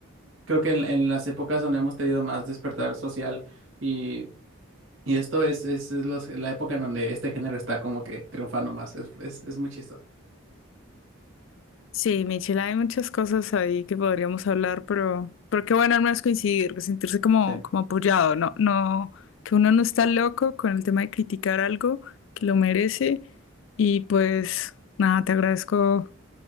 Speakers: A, on the right; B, on the left.
A: Creo que en, en las épocas donde hemos tenido más despertar social, y Y esto es, es, es los- la época en donde este género está como que triunfando más. Es, es, es muy chistoso.
B: sí, Michelle, hay muchas cosas ahí que podríamos hablar, pero, pero qué bueno al menos coincidir, sentirse como,
A: Sí.
B: como apoyado, no, no, que uno no está loco con el tema de criticar algo que lo merece. Y pues nada, te agradezco